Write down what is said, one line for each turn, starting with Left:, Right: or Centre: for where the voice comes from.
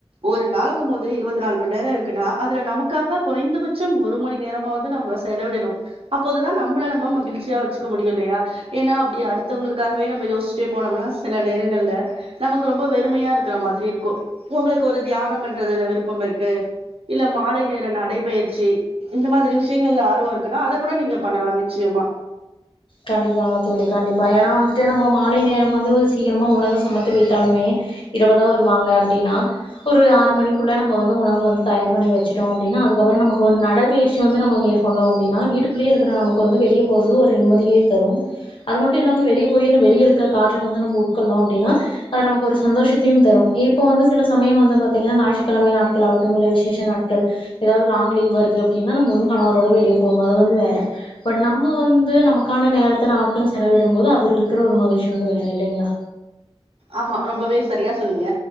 Right: ஒரு நாள்ங்கு மோது இருபத்தி நாலு மணி நேரம் இருக்குன்னா அதுல நமக்காக குறைந்தபட்சம் ஒரு மணி நேரமாவது நம்ம செலவிடணும் அப்போதுதான் நம்மள நம்ம மகிழ்ச்சியா வச்சுக்க முடியும் இல்லையா ஏன்னா அப்படி அடுத்தவங்களுக்காகவே நம்ம யோசிச்சுிட்டே போனோம்னா சில நேரங்கள்ல நமக்கு ரொம்ப வெறுமையா இருக்கிற மாதிரி இருக்கும் உங்களுக்கு ஒரு தியானம் பண்றதுல விருப்பம் இருக்கு இல்ல மாலை நேர நடைபயிற்சி இந்த மாதிரி விஷயங்கல ஆர்வம் இருக்குன்னா அதை கூட நீங்க பண்ணலாம் நிச்சயமா
Left: கண்டிப்பாங்க தோழி கண்டிப்பா ஏன்னா வந்துட்டு நம்ம மாலை நேரம் வந்து சீக்கிரமா உணவு சமைத்து வைத்தாலுமே இரவுதான் வருவாங்க அப்படின்னா ஒரு ஆறு மணிக்குள்ள நம்ம வந்து உணவு வந்து தயார் பண்ணி வச்சுட்டோன அப்படின்னா அதுக்கப்புறம் நமக்கு ஒரு நடபயிற்சி வந்து நம்ம மேற்கொண்டோம் அப்படின்னா வீட்டுக்குள்ளயே இருக்கிற நமக்கு வந்து வெளிய போறது ஒரு தரும் அது மட்டும் இல்லாமல் வெளியே போய் வெளியருக்கற காற்ற வந்து உட்கொண்டோம் அப்படின்னா அது நமக்கு ஒரு சந்தோஷத்தை தின் திரும் இப்ப வந்து சில சமயம் வந்து பாத்தீங்கன்னா ஞாயிற்றுக்கிழமைலநாட்களாகட்டும் விசேஷ நாட்கள் ஏதாவது லாங் லீவ் வருது அப்படின்னா நம்ம கணவரோட வெளியே போகும் போது வேர நம்ம வந்து நமக்கு நமக்கான நேரத்தை நமக்குன்னு செலவிடும் போது அதுல இருக்கிற ஒரு மகிழ்ச்சி வந்து வேற இல்லைங்களா
Right: ஆமா ரொம்பவே சரியா சொன்னீங்க